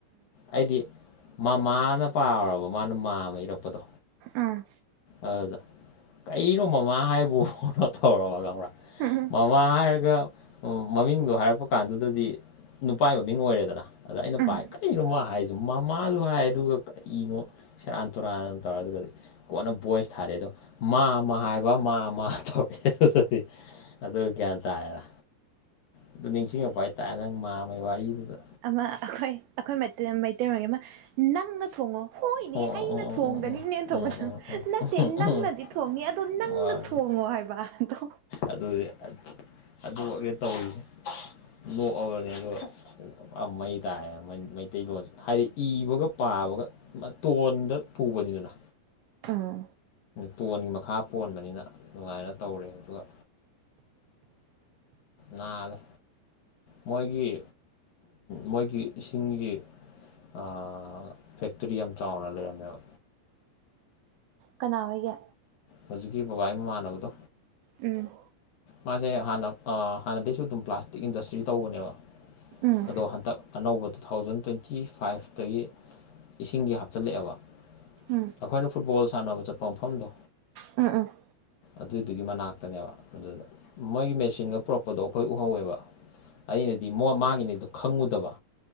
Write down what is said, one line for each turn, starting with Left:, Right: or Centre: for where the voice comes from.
Left: ꯑꯩꯗꯤ ꯃꯃꯥꯅ ꯄꯥꯔꯨꯔꯕ ꯃꯥꯅ ꯃꯥꯝꯃ ꯏꯔꯛꯄꯗꯣ
Right: ꯎꯝ
Left: ꯑꯗꯨꯗ ꯀꯩꯅꯣ ꯃꯃꯥ ꯍꯥꯏꯕꯨ ꯀꯩꯅꯣ ꯇꯧꯔꯕ ꯈꯪꯕ꯭ꯔꯥ
Right: ꯎꯝ ꯎꯝ
Left: ꯃꯃꯥ ꯍꯥꯏꯔꯒ ꯃꯃꯤꯡꯗꯣ ꯍꯥꯏꯔꯛꯄ ꯀꯥꯟꯗꯨꯗꯗꯤ ꯅꯨꯄꯥꯏ ꯃꯃꯤꯡ ꯑꯣꯏꯔꯦꯗꯅ ꯑꯗ ꯑꯩꯅ
Right: ꯎꯝ
Left: ꯄꯥꯏ ꯀꯔꯤꯅꯣ ꯃꯥ ꯍꯥꯏꯁꯨ ꯃꯃꯥꯁꯨ ꯍꯥꯏ ꯑꯗꯨꯒ ꯏꯅꯣ ꯁꯔꯥꯟ ꯇꯨꯔꯥꯟ ꯇꯧꯔ ꯑꯗꯨꯒꯒꯗꯤ ꯀꯣꯟꯅ ꯚꯣꯏꯁ ꯊꯥꯔꯛꯑꯦ ꯑꯗꯣ ꯃꯥꯝꯃ ꯍꯥꯏꯕ ꯃꯥꯝꯃꯥ ꯇꯧꯔꯛꯑꯦ꯫ <unintelligible> ꯑꯗꯨ ꯒ꯭ꯌꯥꯟ ꯇꯥꯥꯔꯦꯅ꯫ ꯑꯗꯨ ꯅꯤꯡꯁꯤꯡꯉꯛꯄ ꯍꯥꯏꯇꯥꯔꯦ ꯅꯪ ꯃꯥꯝꯃꯥꯒꯤ ꯋꯥꯔꯤꯗꯨꯗ꯫
Right: ꯑꯃ ꯑꯩꯈꯣꯏ ꯑꯩꯈꯣꯏ ꯃꯩꯇꯩꯂꯣꯟꯒꯤ ꯑꯃ ꯅꯪꯅ ꯊꯣꯡꯉꯣ ꯍꯣꯏꯅꯦ
Left: ꯑꯣ
Right: ꯑꯩꯅ
Left: ꯑꯣ ꯑꯣ
Right: ꯊꯣꯡꯒꯅꯤꯅꯦ
Left: ꯑꯣ
Right: ꯊꯧꯕꯗ
Left: ꯑꯣ ꯎꯝ ꯎꯝ ꯎꯝ
Right: ꯅꯠꯇꯦ
Left: ꯎꯝ
Right: ꯅꯪꯅꯗꯤ
Left: ꯎꯝ
Right: ꯊꯣꯡꯅꯤ ꯑꯗꯣ ꯅꯪꯅ
Left: ꯍꯣꯏ
Right: ꯊꯣꯡꯉꯣ
Left: ꯍꯣꯏ
Right: ꯍꯥꯏꯕ ꯕꯗꯣ꯫
Left: ꯑꯗꯨꯗꯤ ꯑꯗꯨꯃꯛꯅꯦ ꯇꯧꯔꯤꯁꯦ ꯅꯣꯛꯑꯕꯅꯤ ꯑꯗꯨꯒ꯫ ꯄꯨꯔꯥ ꯃꯩ ꯇꯔꯦ ꯃꯩꯇꯩꯂꯣꯟꯁꯦ ꯍꯥꯏꯗꯤ ꯏꯕꯒ ꯄꯥꯕꯒ ꯃꯇꯣꯟꯗ ꯄꯨꯕꯅꯤꯗꯅ꯫
Right: ꯑꯥ꯫
Left: ꯇꯣꯟꯒꯤ ꯃꯈꯥ ꯄꯣꯟꯕꯅꯤꯅ ꯑꯗꯨꯃꯥꯏꯅ ꯇꯧꯔꯦ ꯑꯗꯨꯒ ꯅꯥꯜꯂꯦ꯫ ꯃꯣꯏꯒꯤ ꯃꯣꯏꯒꯤ ꯏꯁꯤꯡꯒꯤ ꯑꯥ ꯐꯦꯛꯇ꯭ꯔꯤ ꯌꯥꯝ ꯆꯥꯎꯅ ꯂꯩꯔꯝꯃꯦꯕ꯫
Right: ꯀꯅꯥ ꯍꯣꯏꯒꯤ꯫
Left: ꯍꯧꯖꯤꯛꯀꯤ ꯕꯕꯥꯒꯤ ꯃꯃꯥꯟꯅꯕꯗꯣ꯫
Right: ꯎꯝ
Left: ꯃꯥꯁꯦ ꯍꯥꯟꯅ ꯑ ꯍꯥꯟꯅꯗꯩꯁꯨ ꯑꯗꯨꯝ ꯄ꯭ꯂꯥꯁꯇꯤꯛ ꯏꯟꯗꯁꯇ꯭ꯔꯤ ꯇꯧꯕꯅꯦꯕ
Right: ꯎꯝ
Left: ꯑꯗꯣ ꯍꯟꯇꯛ ꯑꯅꯧꯕ ꯇꯨ ꯊꯥꯎꯖꯟ ꯇ꯭ꯋꯦꯟꯇꯤ ꯐꯥꯏꯚꯇꯒꯤ ꯏꯁꯤꯡꯒꯤ ꯍꯥꯞꯆꯤꯜꯂꯛꯑꯦꯕ
Right: ꯎꯝ
Left: ꯑꯩꯈꯣꯏꯅ ꯐꯨꯠꯕꯣꯜ ꯁꯥꯟꯅꯕ ꯆꯠꯄ ꯃꯐꯝꯗꯣ
Right: ꯑꯃ
Left: ꯑꯗꯨꯏꯗꯨꯒꯤ ꯃꯅꯥꯛꯇꯅꯦꯕ ꯑꯗꯨꯗ ꯃꯣꯏꯒꯤ ꯃꯦꯆꯤꯟꯒ ꯄꯨꯔꯛꯄꯗꯣ ꯑꯩꯈꯣꯏ ꯎꯍꯧꯋꯦꯕ ꯑꯩꯅꯗꯤ ꯃ ꯃꯥꯒꯤꯅꯤꯗꯨ ꯈꯪꯉꯨꯗꯕ